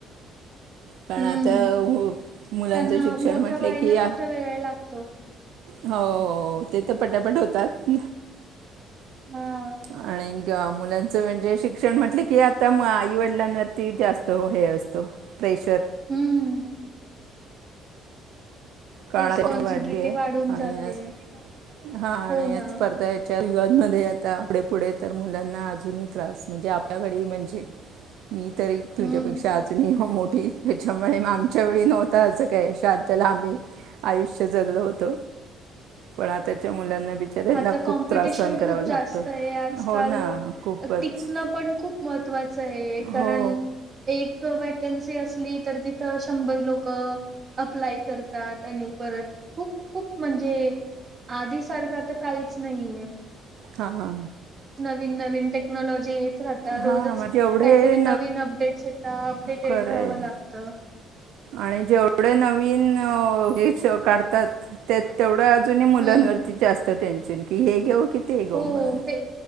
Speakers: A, on the right; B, on the right.
A: पण
B: हं,
A: आता मुलांचं
B: त्यांना
A: शिक्षण
B: मोठं
A: म्हटलं
B: व्हायला
A: की.
B: कुठं वेळ लागतो.
A: हो ते तर पटापट होतात.
B: हम्.
A: आणि मुलांचं म्हणजे शिक्षण. शिकण म्हटल की आता आईवडिलांवरती जास्त हे असतो प्रेशर.
B: हम्म.
A: काळा
B: रिस्पॉन्सिबिलिटी
A: वाढली आहे
B: वाढून
A: आणि
B: जाते.
A: हा आणि
B: हो ना.
A: स्पर्धा. या युगामध्ये आता पुढे पुढे तर मुलांना अजूनही त्रास म्हणजे आपल्या वेळी म्हणजे. मी तर तुझ्यापेक्षा
B: हं,
A: अजूनही मोठ. त्याच्यामुळे आमच्या वेळी नव्हता असं काय शतला आम्ही. आयुष्य जगलं होत पण आताच्या मुलांना. बिचाऱ्यांना
B: आता
A: खूप
B: कॉम्पिटिशन
A: त्रास सहन करावा
B: खूप
A: लागतो
B: जास्त आहे आजकाल
A: हो ना खूपच
B: टिकणं पण खूप महत्त्वाच. महत्त्वाचा आहे कारण
A: हो
B: एक वेकेन्सी असते. असली तर तिथे शंभर लोक. अप्लाय करतात आणि परत खूप खूप म्हणजे आधी सारखा तर. काहीच नाहीये.
A: हा.
B: नवी नवीन टेक्नॉलॉजी. येत राहतात
A: हां,
B: रोजच
A: म्हणजे एवढे
B: काहीतरी नवीन अपडेट अपडेटेड
A: खरं
B: राहावं
A: आहे
B: लागत
A: आणि जेवढे नवीन. हे काढतात ते तेवढं अजूनही मुलांवरती
B: हम्म
A: जास्त. टेन्शन कि हे घेऊ की ते घेऊ
B: हो
A: म्हणून.
B: ते